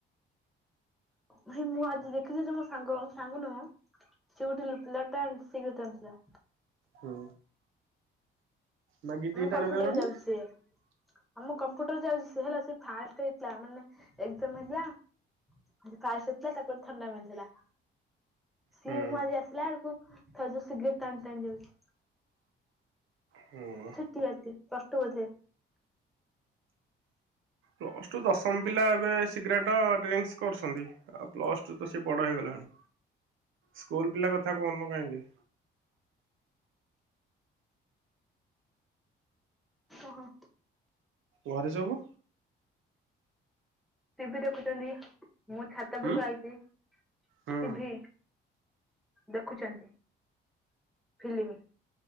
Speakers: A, in the centre; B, on the right.
A: ଭାଇ ମୁଁ ଆଜି ଦେଖିଥିଲି ତମ ସାଙ୍ଗ ସାଙ୍ଗ ନୁହଁ ମ। ସେ ଗୋଟେ ଲୋ ପିଲା ଟା ସିଗାରେଟ୍ ଟାଣୁଥିଲା।
B: ହୁଁ। ମାଗିକି ଟିକେ
A: ଆମ କମ୍ପ୍ୟୁଟର
B: ଟାଣି ଦେଲନି
A: ଚାଲୁଚି ସେଇଆ। ଆମ କମ୍ପ୍ୟୁଟର ଚାଲୁଚି ସେ ହେଲା ସେ ଫାଷ୍ଟ ହେଇଥିଲା ମାନେ ଏଗଜାମ ହେଇଥିଲା। ଆ ଫାଷ୍ଟ ହେଇଥିଲା ତାକୁ ଗୋଟେ ଥଣ୍ଡା ମିଳିଥିଲା। ସିଏ
B: ହୁଁ
A: ମୁଁ ଆଜି ଆସିଲା ବେଳକୁ ଥଉ ସିଗରେଟ୍ ଟାଣି ଟାଣି ଯାଉଛି।
B: ହୁଁ।
A: ଛୋଟିଆଟେ ପ୍ଲସ ଟୁ ବୋଧେ।
B: ପ୍ଲସ୍ ଟୁ ଦଶମ ପିଲା ଏବେ ସିଗରେଟ ଡ୍ରିଙ୍କସ୍ କରୁଶନ୍ତି। ଆଉ ପ୍ଲସ ଟୁ ତ ସେ ବଡ ହେଇଗଲାଣି ସ୍କୁଲ ପିଲା କଥା କହୁନ କାହିଁକି।
A: ଓହୋ।
B: ଘରେ ସବୁ
A: ଟିଭି ଦେଖୁଚନ୍ତି ମୁଁ ଛାତ ଉପରକୁ
B: ହୁଁ
A: ଆଇଚି।
B: ହୁଁ
A: ଟିଭି ଦେଖୁଚନ୍ତି ଫିଲିମ୍।